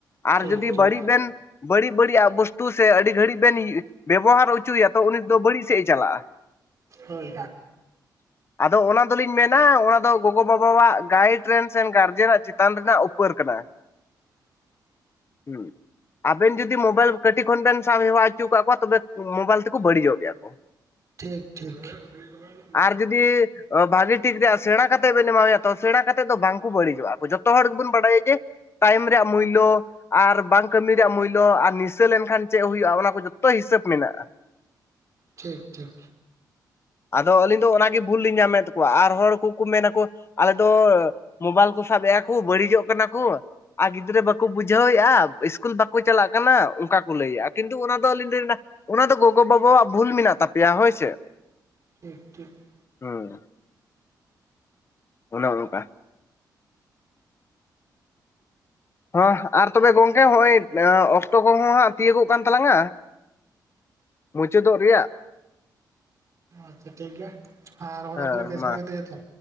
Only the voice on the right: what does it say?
ᱴᱷᱤᱠ ᱴᱷᱤᱠ
ᱦᱳᱭ
ᱦᱳᱭ
<inaudible>
ᱴᱷᱤᱠ, ᱴᱷᱤᱠ ᱾
ᱴᱷᱤᱠ ᱴᱷᱤᱠ
ᱴᱷᱤᱠ, ᱴᱷᱤᱠ ᱾
ᱟᱪᱪᱷᱟ ᱴᱷᱤᱠ ᱜᱮᱭᱟ, ᱟᱨ ᱚᱲᱟᱜ
ᱠᱚᱨᱮ ᱵᱮᱥ
ᱵᱟᱲᱟ ᱜᱮᱛᱚ ᱡᱚᱛᱚ?